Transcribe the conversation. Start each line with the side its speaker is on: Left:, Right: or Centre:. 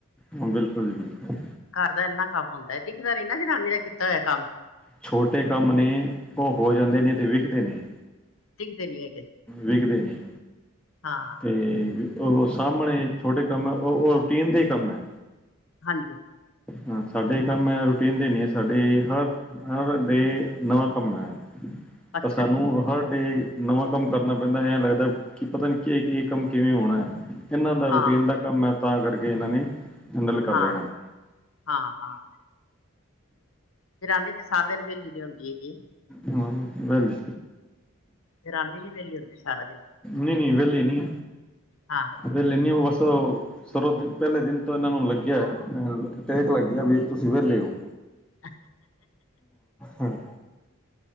Centre: ਹਾ ਬਿਲਕੁਲ ਜੀ ਬਿਲਕੁਲ।
Left: ਘਰ ਦਾ ਐਨਾ ਕੰਮ ਹੁੰਦਾ ਐ ਦਿਖਦਾ ਨੀ ਨਾ ਜਨਾਨੀ ਦਾ ਕੀਤਾ ਹੋਇਆ ਕੰਮ
Centre: ਛੋਟੇ ਕੰਮ ਨੇ ਉਹ ਹੋ ਜਾਂਦੇ ਨੇ ਤੇ ਵਿਖਦੇ ਨੇ
Left: ਦਿਖਦੇ ਨੀ ਹੈ
Centre: ਵਿਖਦੇ ਨਈ
Left: ਹਾਂ
Centre: ਤੇ ਉਹ ਸਾਹਮਨੇ ਛੋਟੇ ਕੰਮ ਐ ਉਹ ਉਹ ਰੂਟੀਨ ਦੇ ਹੀ ਕੰਮ ਏ
Left: ਹਾਂਜੀ
Centre: ਹਾਂ ਸਾਡੇ ਕੰਮ ਏ ਰੂਟੀਨ ਦੇ ਨਹੀ ਏ ਸਾਡੇ ਹਰ ਹਰ ਡੇ ਨਵਾਂ ਕੰਮ ਏ
Left: ਅੱਛਾ
Centre: ਤਾਂ ਸਾਨੂੰ ਹਰ ਡੇ ਨਵਾਂ ਕੰਮ ਕਰਨਾ ਪੈਂਦਾ ਐ ਲੱਗਦਾ ਕਿ ਪਤਾ ਨੀ ਕੇ ਕੇ ਕੰਮ ਕਿਵੇਂ ਹੋਨਾ ਹੈ, ਇਹਨਾਂ ਦਾ ਰੂਟੀਨ
Left: ਹਾਂ
Centre: ਦਾ ਕੰਮ ਏ ਤਾਂ ਕਰਕੇ ਇਹਨਾਂ ਨੇ ਹੈਂਡਲ ਕਰ
Left: ਹਾਂ,
Centre: ਲੈਣਾ ਹੈ।
Left: ਹਾਂ- ਹਾਂ। ਫ਼ਿਰ ਆ ਨੀ ਤੇ ਸਾਰਾਂ ਦਿਨ ਵਿਹਲੀ ਨੀਂ ਹੁੰਦੀ ਹੈਗੀ।
Centre: ਹਾਂ, ਕੀ ਗੱਲ ਏ।
Left: ਤੇ ਰਾਤ ਨੂੰ ਵੀ ਵਿਹਲੀ ਹੁੰਦੀ ਸਾਰਾ ਦਿਨ।
Centre: ਨਈ-ਨਈ ਵਹਿਲੇ ਨੀ।
Left: ਹਾਂ।
Centre: ਵਹਿਲੇ ਨੀ ਓ ਬਸ ਓ। ਸਰੋਂ ਦਿ ਪਹਿਲੇ ਦਿਨ ਤੋਂ ਇਹਨਾਂ ਨੂੰ ਲੱਗਿਆ ਹੋਇਆ, ਟੇਕ ਲੱਗਿਆ ਵੀ ਤੁਸੀਂ ਵਿਹਲੇ ਓ।
Left: <inaudible>
Centre: ਹਾਂ।